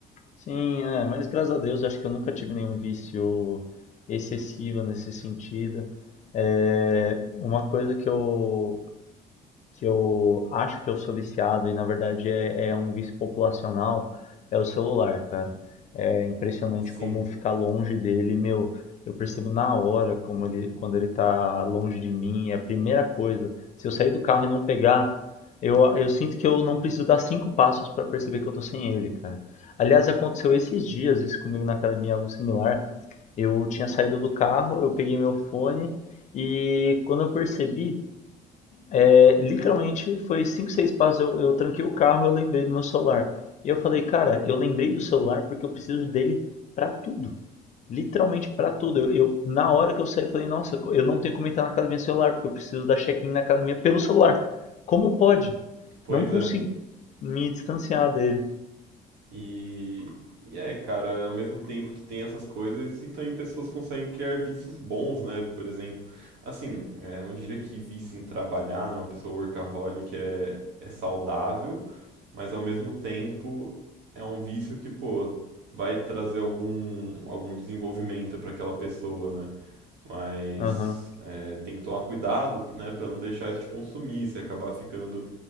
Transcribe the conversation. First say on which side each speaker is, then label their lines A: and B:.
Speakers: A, on the left; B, on the right.
A: sim, é, mas graças a Deus, acho que eu nunca tive nenhum vício excessivo nesse sentido. É, uma coisa que eu que eu acho que eu sou viciado e na verdade é, é um vício populacional, é o celular, cara. É impressionante
B: Sim,
A: como ficar longe dele, meu. Eu percebo na hora como ele, quando ele tá longe de mim, é a primeira coisa. Se eu sair do carro e não pegar, eu, eu sinto que eu não preciso dar cinco passos para perceber que eu tô sem ele, cara. Aliás, aconteceu esses dias, isso comigo na academia, algo similar. Eu tinha saído do carro, eu peguei meu fone e quando eu percebi, é, literalmente foi 5, 6 passos. Eu, eu tranquei o carro, eu lembrei do meu celular. E eu falei, cara, eu lembrei do celular porque eu preciso dele pra tudo. Literalmente pra tudo. Eu, eu- na hora que eu saí, falei, nossa, co- eu não tenho como entrar na academia celular porque eu preciso dar check-in na academia pelo celular. Como pode?
B: pois
A: Não consigo
B: é.
A: me distanciar dele.
B: E, e é, cara, ao mesmo tempo que tem essas coisas, e também pessoas conseguem criar vícios bons, né? Por exemplo, assim, é, não diria que vício em trabalhar, né? Uma pessoa workaholic é, é saudável, mas ao mesmo tempo é um vício que, pô, vai trazer algum, algum desenvolvimento para aquela pessoa, né? Mas
A: Aham.
B: é, tem que tomar cuidado, né, para não deixar isso te consumir, você acabar ficando